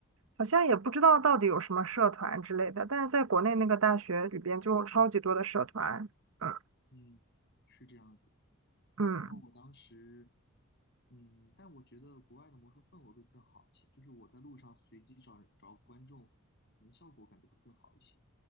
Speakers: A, on the right; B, on the left.
A: 好像也不知道到底有什么社团之类的，但是在国内那个大学里边就有超级多的社团，嗯
B: 嗯，是这样子。
A: 嗯，
B: 然后我当时，嗯，但我觉得国外的魔术氛围会更好一些，就是我在路上随机找人找观众，可能效果感觉会更好一些。